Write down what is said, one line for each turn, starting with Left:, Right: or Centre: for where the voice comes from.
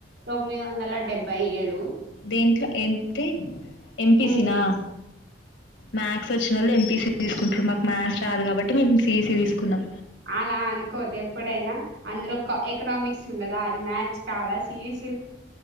Right: తొమ్మిది వందల డెబ్బై బై ఏళు
Left: దేంట్లో ఎంతే ఎంపీసినా
Right: ఎంపీసి
Left: మ్యాథ్స్ వచ్చినోళ్ళు ఎంపీసి తీస్ కొంచెం మాకు మ్యాథ్స్ రాదు కాబట్టి మేము సీఈసీ తీసుకున్నం.
Right: అలా అనుకోద్దు ఎప్పుడైనా అందులో కా ఎకనామిక్స్ ఉండదా అది మ్యాథ్స్ కాదా సీఈసి